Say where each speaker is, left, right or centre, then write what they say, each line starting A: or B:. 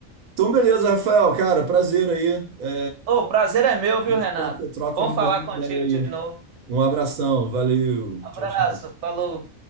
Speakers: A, on the right; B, on the right.
A: Então, beleza, Rafael, cara, prazer aí. A
B: Ô, o prazer é meu, viu,
A: gente
B: Renato?
A: troca, troca
B: Bom
A: mais
B: falar
A: uma
B: contigo
A: ideia
B: de
A: aí.
B: novo.
A: Um abração, valeu.
B: Abraço,
A: Tchau, tchau.
B: falou.